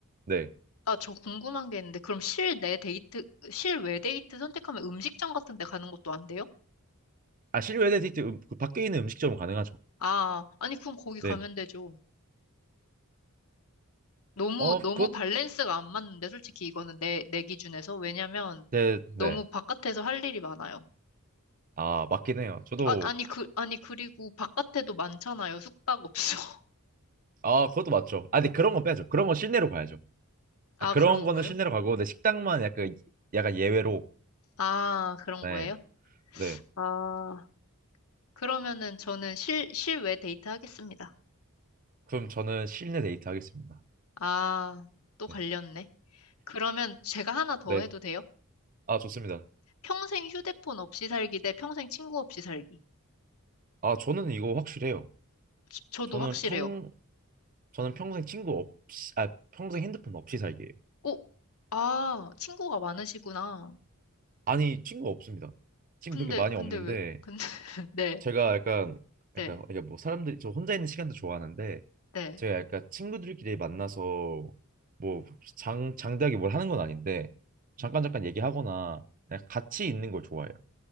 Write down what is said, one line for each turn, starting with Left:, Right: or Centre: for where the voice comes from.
Right: 네
Left: 아, 저 궁금한 게 있는데, 그럼 실내 데이트, 실외 데이트 선택하면 음식점 같은 데 가는 것도 안 돼요?
Right: 아, 실외 데이트 음- 그 밖에 있는 음식점은 가능하죠.
Left: 아, 아니, 그럼 거기
Right: 네.
Left: 가면 되죠. 너무,
Right: 어,
Left: 너무
Right: 그것
Left: 밸런스가 안 맞는데, 솔직히 이거는 내, 내 기준에서. 왜냐면
Right: 네,
Left: 너무
Right: 네.
Left: 바깥에서 할 일이 많아요.
Right: 아, 맞긴 해요. 저도
Left: 아, 아니, 그, 아니, 그리고 바깥에도 많잖아요. 숙박업소. <laughs>
Right: 아, 그것도 맞죠. 아, 근데 그런 건 빼야죠. 그런 건 실내로 가야죠.
Left: 아,
Right: 아, 그런
Left: 그런
Right: 거는
Left: 거예요?
Right: 실내로 가고 근데 식당만 약간 약간 예외로
Left: 아, 그런
Right: 네.
Left: 거예요?
Right: 네.
Left: 아, 그러면은 저는 실, 실외 데이트 하겠습니다.
Right: 그럼 저는 실내 데이트 하겠습니다.
Left: 아, 또 갈렸네.
Right: 네.
Left: 그러면 제가 하나 더
Right: 네.
Left: 해도 돼요?
Right: 아, 좋습니다.
Left: 평생 휴대폰 없이 살기 대 평생 친구 없이 살기.
Right: 아, 저는 이거 확실해요.
Left: 저, 저도
Right: 저는
Left: 확실해요.
Right: 평 저는 평생 친구 없이 아, 평생 핸드폰 없이 살기예요.
Left: 오, 아, 친구가 많으시구나.
Right: 아니, 친구 없습니다. 친구
Left: 근데,
Right: 그렇게 많이
Left: 근데
Right: 없는데
Left: 왜, 근데, <laughs> 네,
Right: 제가 약간
Left: 네,
Right: 약간 이게 뭐 사람들이 저 혼자 있는 시간도 좋아하는데
Left: 네.
Right: 제가 약간 친구들끼리 만나서 뭐 장 장대하게 뭘 하는 건 아닌데 잠깐 잠깐 얘기하거나 그냥 같이 있는 걸 좋아해요.